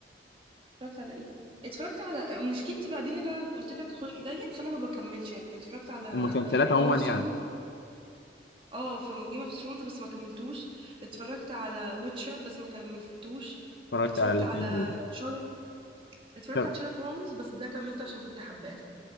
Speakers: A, on the right (about 30°); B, on the left (about 70°).
A: اتفرجت على ايه اتفرجت على مشكلتي بعدين ان انا قلت لك خلقي ضيق فانا ما بكملش يعني اتفرجت على
B: المسلسلات عموما
A: جيم اوف ثرونز
B: يعني
A: اه في جيم اوف ثرونز بس ما كملتوش اتفرجت على ويتشر بس ما كملتوش
B: اتفرجت
A: اتفرجت
B: على الاثنين
A: على
B: دول
A: شارلوك اتفرجت
B: شر-
A: على شارلوك هولمز بس ده كملته عشان كنت حباه